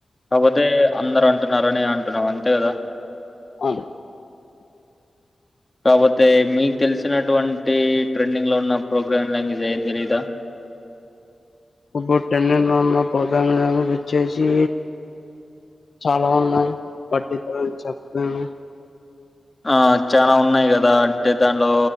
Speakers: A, on the left; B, on the left.
A: కాపోతే అందరు అంటున్నారని అంటున్నావ్ అంతే కదా.
B: అ
A: కాబతే మీకు తెలిసినటువంటి ట్రెండింగ్ లో ఉన్న ప్రోగ్రామ్లా మీజ ఏ ఏం తెలీయదా
B: ఇప్పుడు టెన్నె ఉన్న పోద వచ్చేసి చాలా ఉన్నాయి పట్టి చెప్తాను
A: ఆ చాలా ఉన్నాయి కదా అంటే దానిలో